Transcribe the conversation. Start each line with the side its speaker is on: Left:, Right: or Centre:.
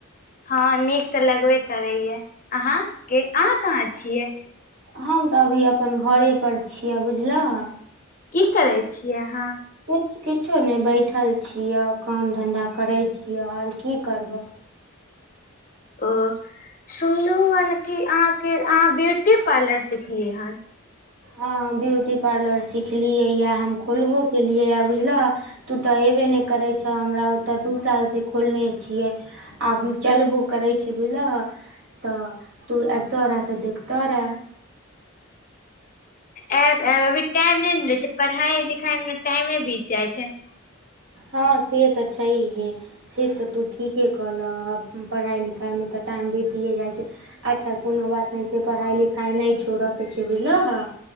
Left: हँ नीक तऽ लगबे करेै ये आहाँ के आहाँ कहाँ छियै?
Right: हम त अभी अपन घरे पर छिय बुझलह।
Left: की करै छि आहाँ?
Right: किछ-किछो नैय बैठल छिय काम धंन्धा करै छिय और की करबअ।
Left: ओ सुनलु ह कि आहाँके आहाँ ब्यूटी पार्लर सिखली हन।
Right: ह ब्यूटी पार्लर सिखलियै या हम खोलबो केलियैय बुझलह। तू तऽ अयबे नैय करै छ हमरा ओतऽ दू साल सँ खोलने छियै। आब चलबो करै छै बुझलह। त तू अैबतो रे तऽ देखतो रे।
Left: एब-एब अभी टाइम नै न मिलेै छै पढ़ाई-लिखाई मे त टाइमे बीत जाय छै।
Right: हँ से त छैहे। सेत तू ठीके कहलह ह पढ़ाई लिखाय मे तऽ टाइम बिताये जाय छैय। अच्छा कोनो बात नै छै पढ़ाई-लिखाई नै छोड़ के छैय बुझलह।